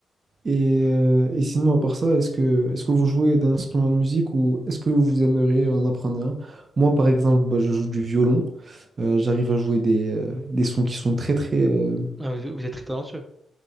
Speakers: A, on the right; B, on the right.
A: Et, euh, et sinon, à part ça, est-ce que, est-ce que vous jouez d'un instrument de musique ou est-ce que vous aimeriez en apprendre un? Moi, par exemple, bah, je joue du violon. Euh, j'arrive à jouer des, euh, des sons qui sont très, très, euh,
B: Ah, vous, vous êtes très talentueux. Je